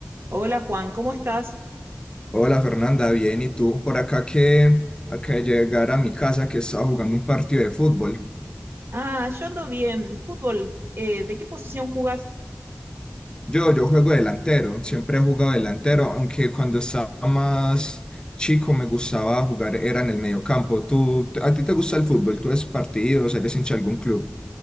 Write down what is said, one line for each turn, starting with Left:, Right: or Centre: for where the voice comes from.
Right: Hola Juan, ¿cómo estás?
Left: Hola Fernanda, bien, ¿y tú? Por acá que acá de llegar a mi casa que estaba jugando un partido de fútbol.
Right: Ah, yo ando bien. Fútbol, eh, ¿de qué posición jugas?
Left: Yo, yo juego delantero, siempre he jugado delantero, aunque cuando estaba más chico me gustaba jugar, era en el mediocampo. ¿Tú, a ti te gusta el fútbol? ¿Tú ves partidos? ¿Eres hincha de algún club?